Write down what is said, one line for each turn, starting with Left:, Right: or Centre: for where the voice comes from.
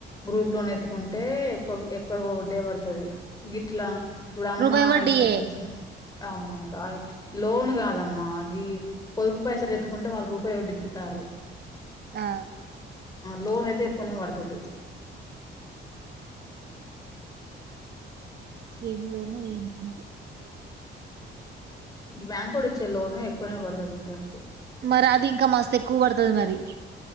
Left: గ్రూప్ లోనెత్తుకుంటే కొవ్ ఎక్కువ వోడ్ అడే పడుతది గిట్లా ఇప్పుడు అమ్మ
Right: రూపాయి వడ్డీయే
Left: ఇప్పిత్తాంది చూసినవ అమ్మా కా లోన్ కాదమ్మా గి పొదుగు పైసలెత్తుకుంటే వాళ్ళు రూపాయి ఒడ్డికిత్తన్నరు
Right: ఆ
Left: లోన్ అయితే ఎక్కువనే పడుతది
Right: ఏం లోను ఏమన్నారు అక
Left: ఇ బ్యాంకోడు ఇచ్చే లోను ఎక్కువనే పడుతది ఇంట్రెస్ట్
Right: మరి అది ఇంకా మస్త్ ఎక్కువ పడుతది మరి